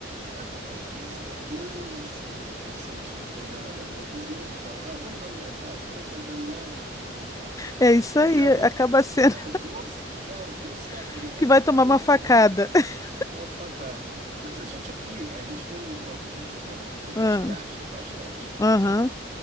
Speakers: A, on the right (about 40°); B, on the left (about 15°).
A: às, às vezes não é nem assim, incentivo vem dela, não. Às vezes eu é que falo, ah, vamos lá no mercado, não estão fazendo nada.
B: É isso
A: Eu
B: aí,
A: já vou,
B: acaba sendo
A: já vou, já vou sabendo
B: <laughs> que vai
A: que
B: tomar
A: vou
B: uma
A: tomar
B: facada. <laughs>
A: uma facada. Mas a gente aqui, a gente tem um- uma coisa de bom, a gente
B: Ah,
A: gasta bastante.
B: Aham.